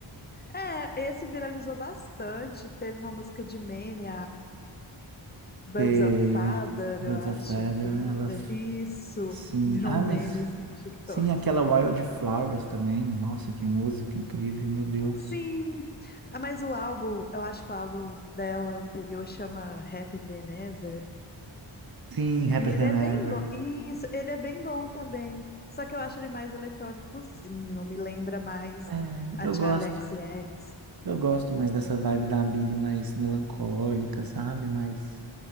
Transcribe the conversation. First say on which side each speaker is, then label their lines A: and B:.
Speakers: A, on the left; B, on the right.
A: É, esse viralizou bastante. Teve uma música de meme, Birds
B: Teve
A: of Feather,
B: Birds
A: eu acho,
B: of Feather,
A: Feather.
B: ela f-
A: Isso,
B: sim.
A: <laughs> virou
B: Ah,
A: um meme
B: mas
A: assim no TikTok.
B: sim, aquela Wildflowers também. Nossa, que música incrível, meu Deus.
A: Sim, ah, mas o álbum, eu acho que o álbum dela anterior chama Happy Than Ever.
B: Sim, Happier
A: E ele
B: Than
A: é
B: Ever.
A: bem bom. Isso, ele é bem bom também. Só que eu acho ele mais eletrônicozinho, me lembra mais
B: É,
A: a
B: eu
A: Charli
B: gosto.
A: XCX.
B: Eu gosto mais dessa vibe da Billy mais melancólica, sabe? Mais,